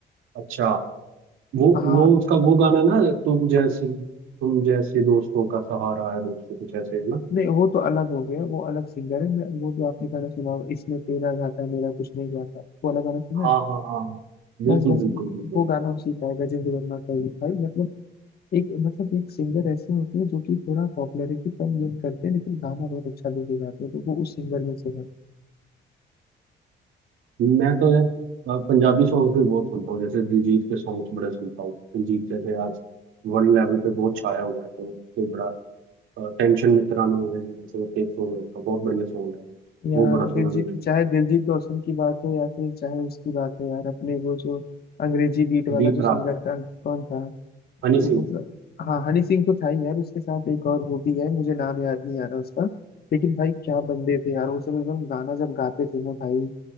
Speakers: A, on the right; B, on the left.
A: अच्छा वो
B: हाँ
A: वो उसका वो गाना ना तुम जैसे तुम जैसे दोस्तों का सहारा है दोस्तों कुछ ऐसे है ना
B: नहीं वो तो अलग हो गया वो अलग सिंगर है मैं वो जो आपने गाना सुना होगा इसमें तेरा घाटा मेरा कुछ नहीं जाता वो वाला गाना सुना
A: हाँ
B: है
A: हाँ हाँ बिल्कुल
B: बस बस
A: बिल्कुल बिल्कुल
B: वो गाना उसी का है गजेंद्र वर्मा का ही है भाई मतलब एक मतलब एक सिंगर ऐसे होते हैं जो कि थोड़ा पॉपुलैरिटी कम गेन करते हैं लेकिन गाना बहुत अच्छा लेके जाते हैं तो वो उस सिंगर में से है
A: मैं तो यार अ, पंजाबी सॉन्ग भी बहुत सुनता हूँ जैसे दिलजीत के सॉन्ग्स बड़े सुनता हूँ दिलजीत जैसे आज वर्ल्ड लेवल पे बहुत छाया हुआ है तो उसके बड़ा टेंशन मित्रानू है ऐसे करके एक सॉन्ग है उसका बहुत बढ़िया सॉन्ग है
B: यार
A: वो बड़ा सुना
B: दिलजीत
A: मैंने
B: चाहे दिलजीत दोसांझ की बात हो या फिर चाहे उसकी बात हो यार अपने वो जो अंग्रेजी बीट वाला
A: बी
B: जो
A: प्राक
B: सिंगर था कौन था तो
A: हनी सिंह
B: मतलब हाँ हनी सिंह तो था ही यार उसके साथ एक और वो भी है मुझे नाम याद नहीं आ रहा उसका लेकिन भाई क्या बंदे थे यार वो सब एकदम गाना जब गाते थे ना भाई